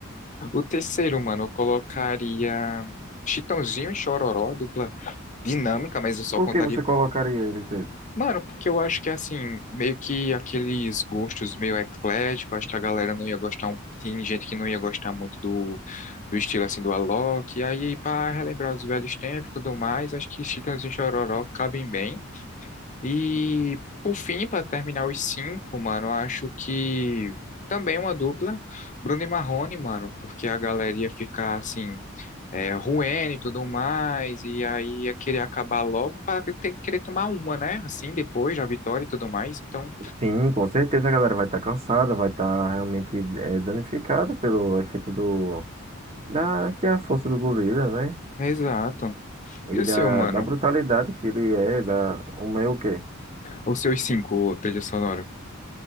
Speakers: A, on the left; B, on the right.
A: O terceiro, mano, eu colocaria Chitãozinho e Chororó, dupla dinâmica, mas eu só
B: Por
A: contaria.
B: que você colocaria eles dois?
A: Mano, porque eu acho que assim, meio que aqueles gostos meio eclético, acho que a galera não ia gostar, um- tem gente que não ia gostar muito do, do estilo assim do Alok, e aí para relembrar os velhos tempos e tudo mais, acho que Chitãozinho e Chororó cabem bem. E por fim, para terminar os cinco, mano, eu acho que também uma dupla, Bruno e Marrone, mano, porque a galera ia ficar assim, é, ruim e tudo mais, e aí ia querer acabar logo para ter, querer tomar uma, né? Assim, depois da vitória e tudo mais. Então,
B: Sim, com certeza a galera vai estar cansada, vai estar realmente eh, danificada pelo efeito do da que é a força do gorila, né?
A: exato. E
B: E
A: o seu,
B: da,
A: mano?
B: da brutalidade que ele é, da o meu o quê?
A: Os seus cinco, trilha sonora?